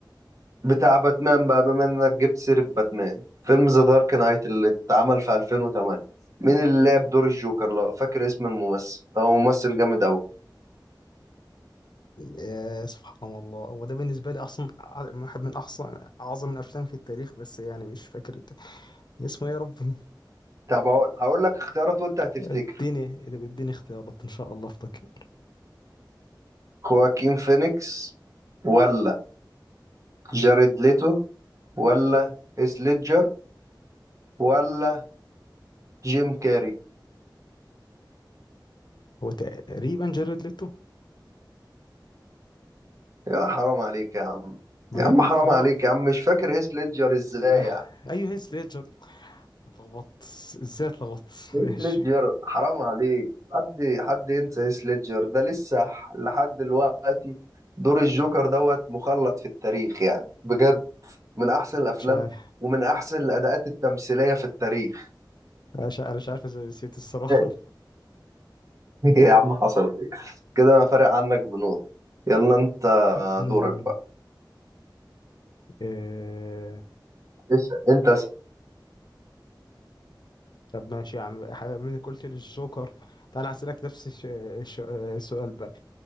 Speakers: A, on the right; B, on the left.
A: بتاع باتمان بقى بما انك جبت سيرة باتمان فيلم ذا دارك نايت اللي اتعمل في 2008 مين اللي لعب دور الجوكر لو فاكر اسم الممثل هو ممثل جامد قوي
B: يا سبحان الله هو ده بالنسبه لي اصلا ع- واحد من احسن اعظم الافلام في التاريخ بس يعني مش فاكر اسمه إيه يا ربي
A: طب هقول هقول لك اختيارات وانت هتفتكر
B: اديني اديني اختيارات ان شاء الله افتكر
A: خواكين فينيكس ولا جاريد ليتو ولا هيث ليدجر ولا جيم كاري
B: هو تقريبا جاريد ليتو
A: يا حرام عليك يا عم
B: بجد
A: يا عم
B: انا
A: حرام
B: قلت غلط
A: عليك يا عم مش فاكر هيث ليدجر ازاي
B: لا
A: يعني
B: ايوه هيث ليدجر اتلخبطت ازاي اتلخبطت
A: هيث
B: <laughs> ماشي
A: ليدجر حرام عليك حد حد ينسى هيث ليدجر ده لسه ح- لحد دلوقتي دور الجوكر دوت مخلد في التاريخ يعني بجد من احسن الافلام
B: مش عارف
A: ومن احسن الاداءات التمثيليه في التاريخ
B: مش- انا مش عارف ازاي نسيت الصراحه
A: <laughs> يا عم حصل خير كده انا فارق عنك بنقطة يلا انت
B: <laughs> أمم،
A: دورك بقى
B: إيه...
A: اسأل انت اسأل.
B: طب ماشي يا عم حاجة- من قلت لي الجوكر تعال اسالك نفس الش... الش... السؤال بقى